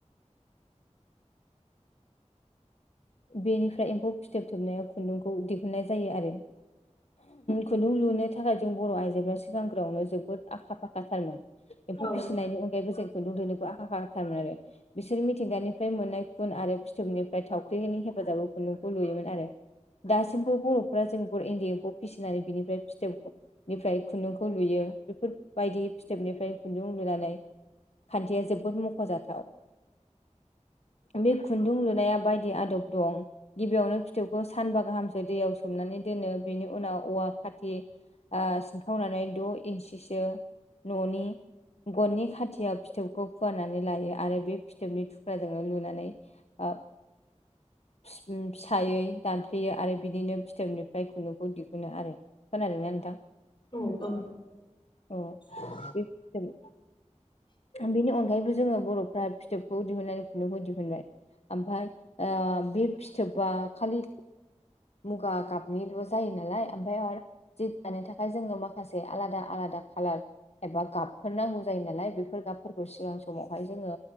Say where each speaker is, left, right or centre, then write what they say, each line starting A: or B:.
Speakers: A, on the left (about 40°); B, on the left (about 60°).
A: <inaudible>
B: बेनिफ्राय एम्फौ फिथोब थोबनाया खुन्दुंखौ दिहुननाय जायो आरो खुन्दुं लुनो थाखाय जों बर' आइजोफ्रा सिगांग्रोआवनो जोबोद आखा फाखाथारमोन एम्फौ
A: औ
B: फिसिनायनि अनगायैबो जों खुन्दुं दिहुननोबो आखा फाखाथारमोन आरो बिसोर मिथिंगानिफ्राय मोननाय खुन आरो फिथोबनिफ्राय थाव ख्रिनि हेफाजाबाव खुन्दुंखौ लुयोमोन आरो। दासिमबो बर'फ्रा जों बर इन्दि एम्फौ फिसिनानै बिनिफ्राय फिथोबनिफ्राय खुन्दुंखौ लुयो। बेफोरबायदि फिथोबनिफ्रायनो खुन्दुं लुनानै खान्थिया जोबोद मख'जाथाव बे खुन्दुं लुनाया बाय दि आदब दं गिबियावनो फिथोबखौ सानबा गाहामसो दैयाव सोमनानै दोनो बेनि उनाव औवा खाति ओ सिनखावनानै द' इन्सिसो न'नि गननि खाथिया फिथोबखौ फुवारनानै लायो आरो बे फिथोबनि थुख्राजोंनो लुनानै ओ
A: <unintelligible>
B: फिसायै दानफ्लेयो आरो बिदिनो फिथोबनिफ्राय खुन्दुंखौ दिहुनो आरो। खोनादों ना नोंथां?
A: औ औ नोंथां।
B: औ बे फिथोब बेनि अनगायैबो जोङो बर'फ्रा फिथोबखौ दिहुननानै खुन्दुंखौ दिहुनबाय। आमफाय ओ बे फिथोबा खालि मुगा गाबनिल' जायो नालाय आमफाय आरो जि दानो थाखाय जोङो माखासे आलादा आला दा खालार एबा गाबफोर नांगौ जायो नालाय बेफ बेफोर गाबफोरखौ सिगां समावहाय जोङो